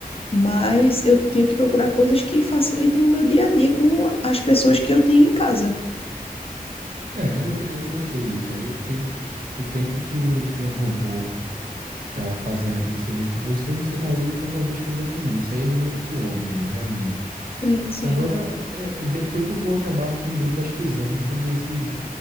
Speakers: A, on the left; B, on the right.
A: Mas eu tenho que procurar coisas que facilitem o meu dia a dia com as pessoas que eu tenho em casa.
B: É, eu, eu eu sei disso aí, é porque o tempo que, que um robô tá fazendo aquele serviço por você, você tá livre para fazer as coisas da família. Isso aí é meio que óbvio, realmente.
A: Sim, sim,
B: Agora, é, é, depois eu vou acabar também pesquisando sobre esses